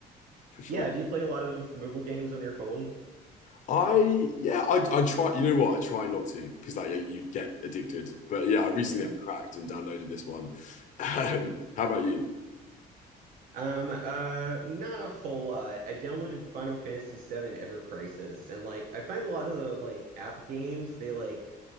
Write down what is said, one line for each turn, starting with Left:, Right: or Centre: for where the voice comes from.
Left: for sure.
Right: Yeah, do you play a lot of mobile games on your phone?
Left: I yeah, I I try. You know what? I try not to because like you you get addicted. But yeah, I recently
Right: Yeah.
Left: I cracked and downloaded this one. <laughs> Um, how about you?
Right: Um, uh, not a whole lot. I downloaded Final Fantasy VII Ever Crisis, and like I find a lot of the like app games, they like